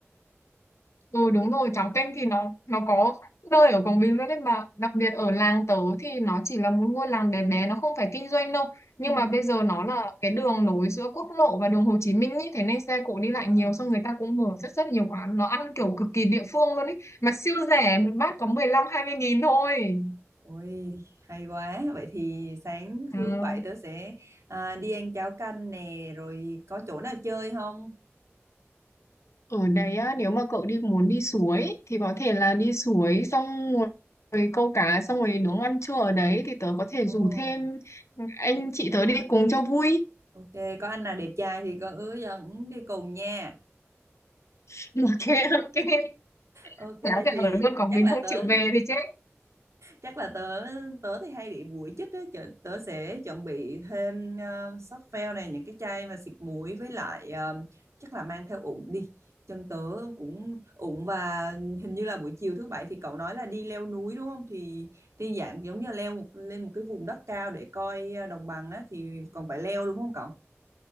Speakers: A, on the left; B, on the right.
A: Ừ
B: Ok.
A: đúng rồi, cháo canh thì nó nó có nơi ở Quảng Bình luôn đấy mà đặc biệt ở làng tớ thì nó chỉ là một ngôi làng bé bé nó không phải kinh doanh đâu nhưng
B: Ừ.
A: mà bây giờ nó là cái đường nối giữa quốc lộ và đường Hồ Chí Minh ý thế nên xe cộ đi lại
B: À,
A: nhiều xong người ta cũng mở rất rất nhiều quán nó ăn kiểu cực kỳ địa phương luôn ý mà siêu rẻ một bát có mười lăm hai mươi nghìn thôi
B: ôi hay quá. Vậy thì sáng
A: ừ.
B: thứ bảy tớ sẽ à, đi ăn cháo canh nè, rồi có chỗ nào chơi không?
A: Ở đấy á, nếu mà cậu đi muốn đi suối thì có thể là đi suối xong rồi câu cá xong rồi nướng ăn trưa ở đấy thì tớ có thể
B: Ồ,
A: rủ thêm anh chị tớ đi cùng cho vui.
B: ok, có anh nào đẹp trai thì con ứa dẫn đi cùng nha.
A: <laughs> Ok ok.
B: Ok
A: Nếu thì
B: thì
A: ở luôn còn
B: chắc
A: mình
B: là
A: không
B: tớ
A: chịu về thì chết.
B: chắc là tớ tớ thì hay bị muỗi chích á tớ, tớ sẽ chuẩn bị thêm uh, softgel này những cái chai mà xịt muỗi với lại ờ, chắc là mang theo ủng đi chân tớ cũng ủng và hình như là buổi chiều thứ bảy thì cậu nói là đi leo núi đúng không thì thì dạng giống như là leo một, lên một cái vùng đất cao để coi ờ, đồng bằng á thì còn phải leo đúng không cậu